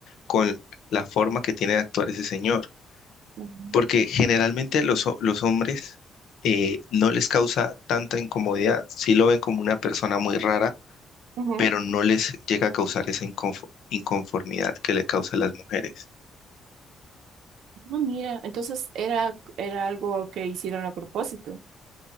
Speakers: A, on the left; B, on the right.
A: con la forma que tiene de actuar ese señor,
B: Ujú.
A: porque generalmente los, ho- los hombres eh, no les causa tanta incomodidad, sí lo ven como una persona muy rara,
B: Ujú.
A: pero no les llega a causar esa inconfo- inconformidad que le causa a las mujeres.
B: Ah, mira, entonces era, era algo que hicieron a propósito.